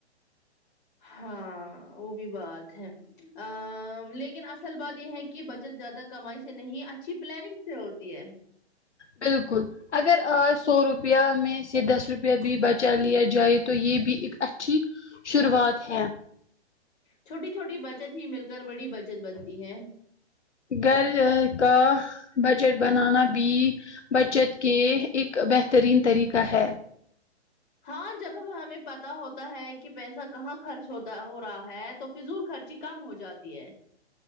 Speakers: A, on the left (about 45°); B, on the left (about 80°).
A: ہاں وہ بھی بات ہے ا لیکن اصل بات یہ ہے کہ بچت زیادہ کمائی سے نہیں اچھی پلاننگ سے ہوتی ہے
B: بالکل اگر آج سو روپیہ میں سے دس روپیہ بھی بچا لیا جائے تو یہ بھی ایک اچھی شروعات ہے
A: چھوٹی چھوٹی بچت ہی مل کر بڑی بچت بنتی ہے
B: گھر کا بجٹ بنانا بھی بچت کے ایک بہترین طریقہ ہے
A: ہاں جب ہم ہمیں پتا ہوتا ہے کہ پیسہ کہاں خرچ ہوتا ہو رہا ہے تو فضول خرچی کم ہو جاتی ہے